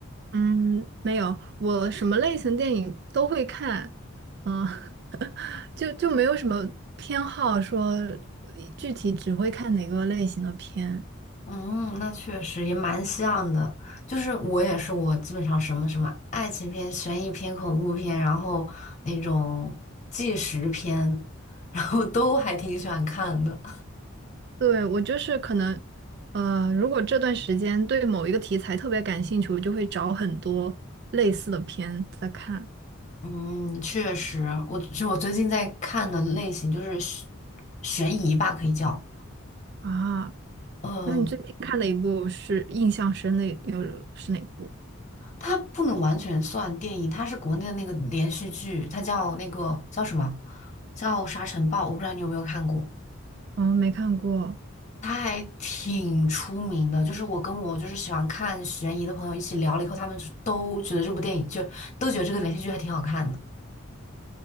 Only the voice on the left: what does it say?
嗯，那确实也蛮像的。就是我也是，我基本上什么什么爱情片、悬疑片、恐怖片，然后那种纪实片，然后都还挺喜欢看的。
嗯，确实，我就我最近在看的类型就是悬悬疑吧，可以叫。
嗯、
它不能完全算电影，它是国内的那个连续剧，它叫那个叫什么？叫《沙尘暴》，我不知道你有没有看过，
它还挺出名的。就是我跟我就是喜欢看悬疑的朋友一起聊了以后，他们就都觉得这部电影就都觉得这个连续剧还挺好看的。